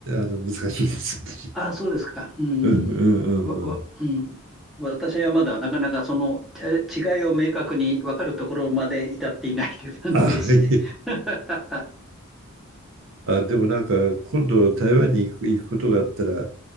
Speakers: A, on the right; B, in the centre.
A: の難しいです私
B: あ、そうですか。うん。
A: うんうんうんうん。
B: わ、わ、うん。私はまだなかなかそのち違いを明確に分かるところまで至っていないという感じですね。
A: あ、はい。
B: <laughs>
A: あ、でもなんか今度台湾に行く、行くことがあったら、